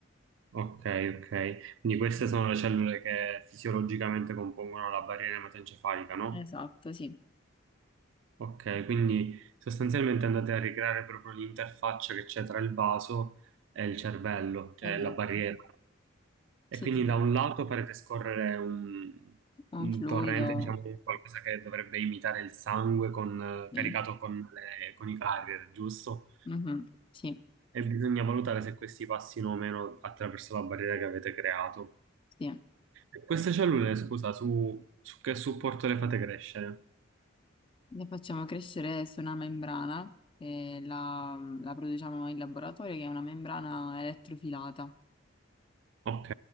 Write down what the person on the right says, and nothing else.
ok, ok. Quindi queste sono le cellule che fisiologicamente compongono la barriera ematoencefalica, no?
Ok, quindi sostanzialmente andate a ricreare proprio l'interfaccia che c'è tra il vaso e il cervello, cioè
la barriera.
E quindi
da un lato farete scorrere un,
un
torrente, diciamo, di qualcosa che dovrebbe imitare il sangue con-
caricato con, le- con i carrier, giusto?
E bisogna valutare se questi passino o meno attraverso la barriera che avete creato.
E Queste cellule, scusa, su, su che supporto le fate crescere?
Ok.